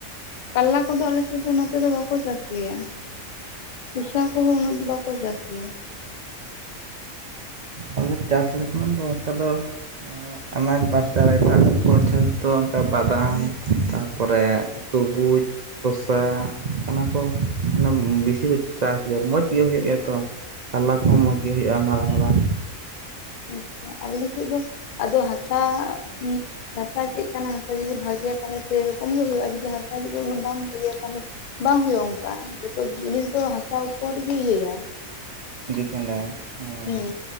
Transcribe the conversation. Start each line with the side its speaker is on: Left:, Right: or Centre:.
Left: ᱠᱟᱞᱞᱟ ᱠᱚᱫᱚ ᱟᱞᱮᱥᱮᱜ ᱫᱚ ᱱᱚᱛᱮ ᱫᱚ ᱵᱟᱠᱚ ᱪᱟᱥ ᱜᱮᱭᱟ ᱾ ᱥᱩᱥᱟ ᱠᱚᱸᱦᱚᱸ ᱩᱱᱟᱹᱜ ᱫᱚ ᱵᱟᱠᱚ ᱪᱟᱥ ᱜᱮᱭᱟ ᱾
Right: ᱟᱞᱮ ᱪᱟᱥ ᱞᱮᱠᱟᱱᱟᱜ ᱫᱚ ᱚᱝᱠᱟ ᱫᱚ ᱮᱸ ᱟᱱᱟᱡᱽ ᱵᱟᱫ ᱫᱟᱨᱮ ᱱᱟᱜ ᱠᱚ ᱪᱟᱥ ᱫᱚ ᱚᱝᱠᱟ ᱵᱟᱫᱟᱢ ᱛᱟ ᱯᱚᱨᱮ ᱛᱩᱨᱵᱩᱡᱽ ᱾ ᱥᱚᱥᱟ ᱚᱱᱟ ᱠᱚ ᱚᱱᱟ ᱵᱮᱥᱤ ᱠᱚ ᱪᱟᱥ ᱜᱮᱭᱟ ᱢᱚᱡᱽ ᱜᱮ ᱦᱩᱭᱩᱜ ᱜᱮᱭᱟ ᱛᱚ ᱾ ᱠᱟᱞᱞᱟ ᱠᱚᱸᱦᱚᱸ ᱢᱚᱸᱡᱽ ᱜᱮ ᱦᱩᱭᱩᱜᱼᱟ ᱢᱟᱨᱟᱝ ᱢᱟᱨᱟᱝ ᱾
Left: ᱟᱪᱪᱷᱟ ᱟᱞᱮ ᱥᱮᱜ ᱫᱚ ᱟᱫᱚ ᱦᱟᱥᱟ ᱩᱸ ᱦᱟᱥᱟ ᱪᱮᱜ ᱠᱟᱱᱟ ᱦᱟᱥᱟ ᱡᱩᱫᱤ ᱵᱷᱟᱜᱮᱭᱟ ᱛᱟᱦᱞᱮ ᱥᱮᱭᱨᱚᱠᱚᱢ ᱜᱮ ᱦᱩᱭᱩᱜᱼᱟ, ᱡᱩᱫᱤ ᱦᱟᱥᱟ ᱡᱩᱫᱤ ᱩᱱᱟᱹᱜ ᱵᱟᱢ ᱵᱷᱟᱜᱮᱭᱟ ᱛᱟᱦᱞᱮ ᱵᱟᱝ ᱦᱩᱭᱩᱜᱼᱟ ᱚᱝᱠᱟ ᱡᱷᱛᱚ ᱡᱤᱱᱤᱥ ᱫᱚ ᱦᱟᱥᱟ ᱩᱯᱚᱨᱜᱮ ᱤᱭᱟᱹᱭᱟᱭ ᱾
Right: ᱰᱤᱯᱮᱱᱰᱼᱟ ᱮᱸ
Left: ᱦᱮᱸ